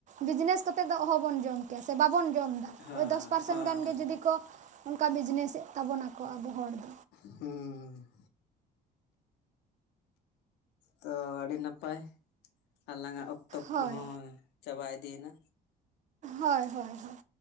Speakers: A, on the right (about 45°); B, on the left (about 85°).
A: ᱵᱤᱡᱽᱱᱮᱥ ᱠᱟᱛᱮᱜ ᱫᱚ ᱦᱚᱦᱚᱵᱚᱱ ᱡᱚᱢ ᱠᱮᱭᱟ ᱥᱮ ᱵᱟᱵᱚᱱ ᱡᱚᱢ ᱫᱟ᱾
B: ᱦᱚᱸ
A: ᱳᱭ ᱫᱚᱥ ᱯᱟᱨᱥᱮᱱ
B: ᱦᱚᱸ ᱦᱚᱸ
A: ᱜᱟᱱ ᱜᱮ ᱡᱩᱫᱤ ᱠᱚ ᱚᱱᱠᱟ ᱵᱤᱡᱽᱱᱮᱥᱮᱜ ᱛᱟᱵᱚᱱᱟᱠᱚ ᱟᱵᱚ ᱦᱚᱲ ᱫᱚ᱾
B: ᱦᱩᱸ ᱛᱚ ᱟᱹᱰᱤ ᱱᱟᱯᱟᱭ, ᱟᱞᱟᱝᱼᱟᱜ ᱚᱠᱛᱚ
A: ᱦᱳᱭ
B: ᱠᱚᱦᱚᱸ ᱪᱟᱵᱟ ᱤᱫᱤᱭᱮᱱᱟ᱾
A: ᱦᱳᱭ ᱦᱳᱭ ᱦᱳᱭ᱾